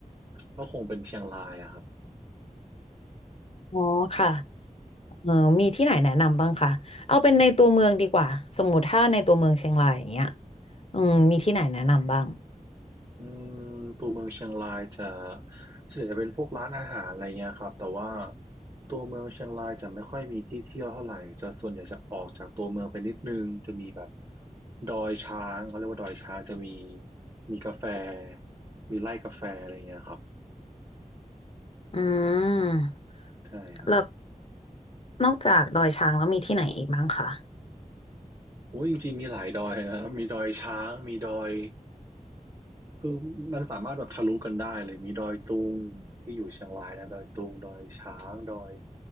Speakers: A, on the right; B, on the left.
A: ก็คงเป็นเชียงรายอะครับ
B: อ๋อค่ะเออมีที่ไหนแนะนำบ้างคะเอาเป็นในตัวเมืองดีกว่าสมมติถ้าในตัวเมืองเชียงรายอย่างเงี้ยอืมมีที่ไหนแนะนำบ้าง
A: อืมตัวเมืองเชียงรายจะส่วนใหญ่จะเป็นพวกร้านอาหารอะไรเงี้ยครับแต่ว่าตัวเมืองเชียงรายจะไม่ค่อยมีที่เที่ยวเท่าไหร่จะส่วนใหญ่จะออกจากตัวเมืองไปนิดนึงจะมีแบบดอยช้างเขาเรียกว่าดอยช้างจะมีมีกาแฟมีไร่กาแฟอะไรเงี้ยครับ
B: อืม
A: ใช่ครับ
B: แล้วนอกจากดอยช้างแล้วมีที่ไหนอีกบ้างคะ
A: โอ้ยจริงๆมีหลายดอยนะมีดอยช้างมีดอย คือมันสามารถแบบทะลุกันได้เลยมีดอยตุงที่อยู่เชียงรายนะดอยตุงดอยช้างดอย